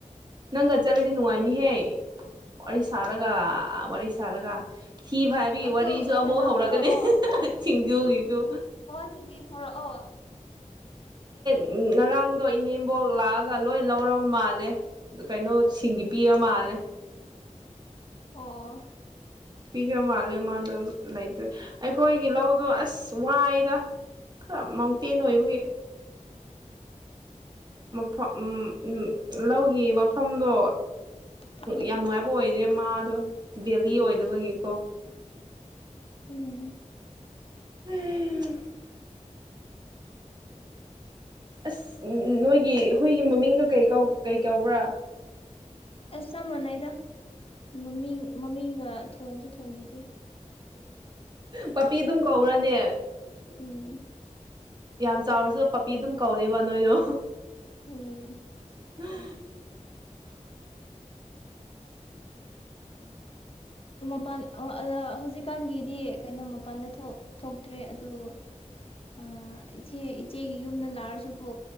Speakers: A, on the right; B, on the left.
A: ꯅꯪꯒ ꯆꯠꯂꯗꯤ ꯅꯨꯡꯉꯥꯏꯅꯤꯍꯦ ꯋꯥꯔꯤ ꯁꯥꯔꯒ ꯋꯥꯔꯤ ꯁꯥꯔꯒ ꯊꯤ ꯐꯥꯏꯕꯒꯤ
B: ꯑꯗꯨ
A: ꯋꯥꯔꯤꯁꯨ ꯑꯃꯨꯛ
B: ꯀꯩꯅꯣ
A: ꯍꯧꯔꯛꯀꯅꯤ
B: ꯄꯨꯔꯛꯑꯣ
A: ꯁꯤꯡꯖꯨꯒꯤꯁꯨ
B: ꯊꯕꯤ ꯄꯨꯔꯛꯑꯣ
A: ꯎꯪ ꯉꯔꯥꯡꯗꯣ ꯏꯅꯦꯝꯕꯣꯛ ꯂꯥꯛꯑꯒ ꯂꯣꯏ ꯂꯧꯔꯕ ꯃꯥꯜꯂꯦ ꯀꯩꯅꯣ ꯁꯤꯡꯒꯤ ꯄꯤꯕ ꯃꯥꯜꯂꯦ
B: ꯑꯣꯑꯣ
A: ꯄꯤꯈ꯭ꯔ ꯃꯥꯜꯂꯦ ꯃꯥꯗꯣ ꯂꯩꯇ꯭ꯔꯦ ꯑꯩꯈꯣꯏꯒꯤ ꯂꯧꯗꯣ ꯑꯁ ꯑꯁ ꯋꯥꯏꯗ ꯈꯔ ꯃꯥꯎꯟꯇꯦꯟ ꯑꯣꯏꯕꯒꯤ ꯃꯐꯝ ꯎꯝ ꯎꯝ ꯂꯧꯒꯤ ꯃꯐꯝꯗꯣ
B: ꯎꯝ
A: ꯌꯥꯝ ꯅꯨꯡꯉꯥꯏꯕ ꯑꯣꯏꯗꯦ ꯃꯥꯗꯣ ꯗꯦꯜꯂꯤ ꯑꯣꯏꯗꯕꯒꯤ ꯀꯣ
B: ꯎꯝ
A: <unintelligible> ꯑꯁ ꯅꯣꯏꯒꯤ ꯍꯨꯏꯒꯤ ꯃꯃꯤꯡꯗꯣ ꯀꯩ ꯀꯧ ꯀꯩ ꯀꯧꯕ꯭ꯔꯥ
B: ꯑꯁ ꯆꯞ ꯃꯥꯟꯅꯩꯗ ꯃꯃꯤꯡ ꯃꯃꯤꯡꯒ ꯊꯣꯟꯁꯨ ꯊꯣꯟꯕꯤꯗꯦ
A: ꯄꯥꯄꯤ ꯑꯗꯨꯝ ꯀꯧꯔꯅꯦ
B: ꯎꯝ
A: ꯌꯥꯝ ꯆꯥꯎꯔꯁꯨ ꯄꯞꯄꯤ ꯑꯗꯨꯝ ꯀꯧꯅꯤꯕ ꯅꯣꯏꯗꯣ
B: ꯎꯝ
A: <unintelligible>
B: ꯃꯄꯥꯟ ꯑꯣ ꯍꯧꯖꯤꯛꯀꯥꯟꯒꯤꯗꯤ ꯀꯩꯅꯣ ꯃꯄꯥꯟꯗ ꯊꯣꯛ ꯊꯣꯛꯇ꯭ꯔꯦ ꯑꯗꯨ ꯑ ꯏꯆꯦ ꯏꯆꯦꯒꯤ ꯌꯨꯝꯗ ꯂꯥꯔꯁꯨꯀꯣ